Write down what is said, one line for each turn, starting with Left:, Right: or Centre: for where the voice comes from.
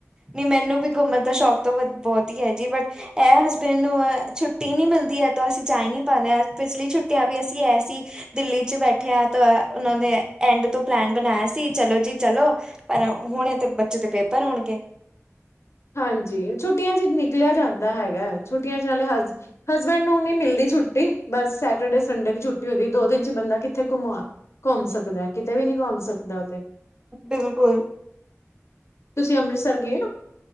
Right: ਨਈ ਮੈਨੂੰ ਵੀ ਘੁੰਮਅ ਦਾ ਸ਼ੌਕ ਵਧੀ ਤਾਂ ਬੋਹੋਤ ਈ ਹੈ ਜੀ ਬਟ ਐ ਹਸਬੈਂਡ ਨੂੰ ਅ ਛੁੱਟੀ ਨੀ ਮਿਲਦੀ ਐ ਤਾਂ ਅਸੀ ਜਾ ਈ ਨੀ ਪਾਨੇ ਆ। ਪਿਛਲੀ ਛੁੱਟੀਆਂ ਵੀ ਅਸੀ ਐਸੀ ਦਿੱਲੀ 'ਚ ਬੈਠੈ ਆਂ ਤੋ ਐ ਓਨਾਂ ਦੇ ਐ ਐਂਡ ਤੋਂ ਪਲੈਨ ਬਨਾਏਆ ਸੀ ਚਲੋ ਜੀ ਚਲੋ ਪਰ ਹੁਣੇ ਤੇ ਬੱਚੇ ਦੇ ਪੇਪਰ ਹੋਣਗੇ।
Left: ਹਾਂਜੀ, ਛੁੱਟੀਆਂ 'ਚ ਨਿਕਲੇਆ ਜਾਂਦਾ ਹੈਗੈ। ਛੁੱਟੀਆਂ 'ਚ ਨਾਲੇ ਹਸ ਹਸਬੈਂਡ ਨੂੰ ਨੀ ਮਿਲਦੀ ਛੁੱਟੀ। ਬਸ ਸੈਟਰਡੇ ਸੰਡੇ ਦੀ ਛੁੱਟੀ ਹੁੰਦੀ। ਦੋ ਦਿਨ 'ਚ ਬੰਦਾ ਕਿੱਥੇ ਘੁੰਮਾ ਘੋਮ ਸਕਦੈ। ਕਿਤੇ ਵੀ ਨੀ ਘੁੰਮ ਸਕਦਾ ਓ ਤੇ।
Right: ਬਿਲਕੁਲ।
Left: ਤੁਸੀ ਅੰਮ੍ਰਿਤਸਰ ਗੇ ਓ?